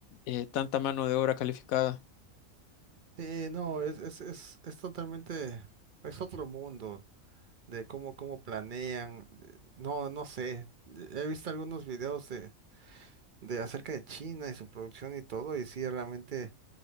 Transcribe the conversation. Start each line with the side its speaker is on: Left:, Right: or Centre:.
Left: eh, tanta mano de obra calificada.
Right: sí, no, es, es, es, es totalmente, es otro mundo de cómo, cómo planean. eh, No, no sé. eh, He visto algunos videos de, de acerca de China y su producción y todo, y sí, realmente